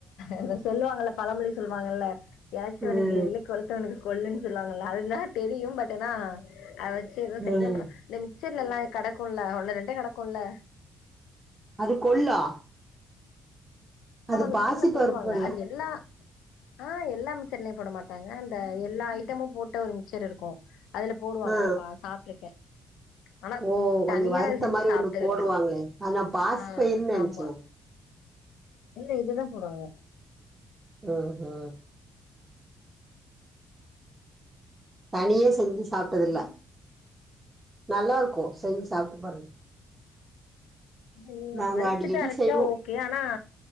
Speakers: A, on the left (about 85°); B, on the right (about 20°).
A: அது அ சொல்லுவாங்கல்ல பழமொழி சொல்லுவாங்கல்ல எறச்சவனுக்கு
B: ம்
A: எள்ளு கொள் விட்டவனுக்கு கொள்ளுன்னு சொல்லுவாங்கல்ல அதுனா தெரியு பட் ஆனா அத வச்சு எதுவு செய்யமாட்
B: ம்
A: கிச்சன்ல எல்லா கெடக்குல ஒன்னு ரெண்டே கடக்கும்ல்ல
B: அது கொள்ளா
A: ஆமா
B: அது
A: மிக்சர்ல
B: பாசி
A: போடுவாங்க
B: பருப்புல்ல
A: அது எல்லா ஆ எல்லா மிக்ச்சர்லயு போட மாட்டாங்க இந்த எல்லா ஐட்டமு போட்ட ஒரு மிக்ச்சர் இருக்கு அதுல போடுவாங்க
B: ஆ
A: நா பா சாப்பிட்டுருக்கே ஆனா
B: ஓ கொஞ்சோ
A: தனியா
B: வறுத்த
A: செஞ்சு
B: மாரி
A: சாப்பிட்டதுல
B: ஒண்ணு போடுவாங்களே அது நா பாசி
A: ஆ
B: பயிர்னு நெனச்சனே
A: ஆமா இல்ல இதுதான் போடுறாங்க
B: அ அ தனியே செஞ்சு சாப்ட்டது இல்ல
A: ஆ,
B: நல்லா இருக்கு
A: இல்ல
B: செஞ்சு சாப்ட்டு பாருங்க
A: நீ
B: நாங்க
A: வறுத்துட்டு
B: அடிக்கடி
A: அரைச்சா
B: செய்வோ
A: ஓகே ஆனா